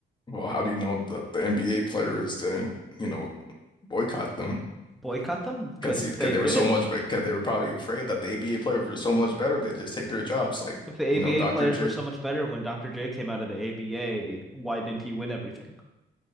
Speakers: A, on the left; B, in the centre.
A: well, how do you know that the NBA players didn't, you know, boycott them?
B: Boycott them because
A: because because
B: they
A: they
B: did
A: were so
B: not
A: much, because they were probably afraid that the ABA players were so much better, they just take their jobs. Like
B: If the ABA
A: you know, Dr.
B: players
A: J,
B: were so much better when Dr. J came out of the ABA, why didn't he win everything?